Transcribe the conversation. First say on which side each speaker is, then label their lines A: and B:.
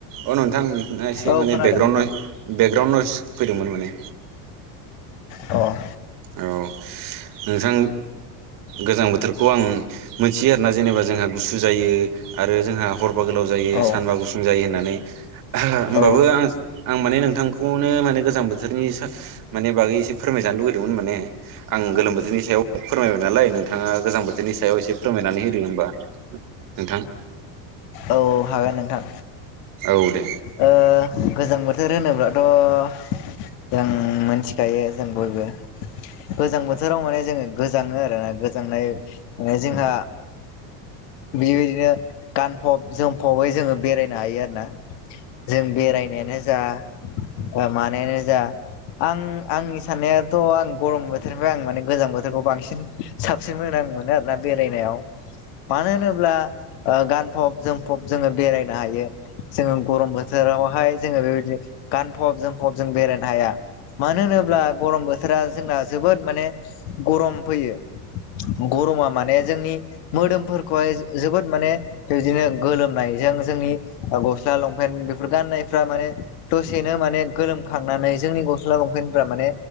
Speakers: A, on the right (about 45°); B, on the left (about 60°).
A: अ नोंथां एसे
B: औ
A: माने
B: खोनादों
A: बेकग्राउणड
B: नोंथां
A: बेकग्राउणड फैदोंमोन माने
B: अह
A: औ नोंथां गोजां बोथोरखौ आं मोनथियो आरोना जेनेबा जोंहा गुसु जायो आरो जोंहा हर बा गोलाव जायो
B: औ
A: सानबा गुसुं जायो होनना नै होनबाबो
B: औ
A: आं माने नोंथांखौनो माने गोजां बोथोरनि माने बागै एसे फोरमायजानो लुबै दोंमोन माने आं गोलोम बोथोरनि सायाव फोरमायबाय नालाय नोंथाङा गोजां बोथोरनि सायाव एसे फोरमायनानै होदों होनबा नोंथां
B: औ हागोन नोंथां
A: औ दे
B: ओ गोजां बोथोर होनोब्लाथ' जों मोनथिखायो जों बयबो गोजां बोथोराव माने जोङो गोजाङो आरो ना गोजांनाय माने जोंहा बेबायदिनो गानफब जोमफबै जोङो बेरायनो हायो आरो ना जों बेरायनायानो जा मानानो जा आं आंनि साननाया थ' आं गरम बोथोरनिफ्राय आं माने गोजां बोथोरखौ बांसिन साबसिन मोजां मोनो आरोना। बेरायनायाव मानो होनोब्ला ओ गानफब जोमफब जोङो बेरायनो हायो। जोङो गरम बोथोरावहाय जोङो बेबायदि गानफब जोमफब जों बेरायनो हाया। मानो होनोब्ला गरम बोथोरा जोंना जोबोद माने गरम फैयो। गरमा माने जोंनि मोदोमफोरखौहाय जोबोद माने बिदिनो गोलोमनायजों जोंनि ओ गस्ला लंफेन बेफोर गाननायफ्रा माने दसेनो माने गोलोमखांनानै जोंनि गस्ला लंफेनफ्रा माने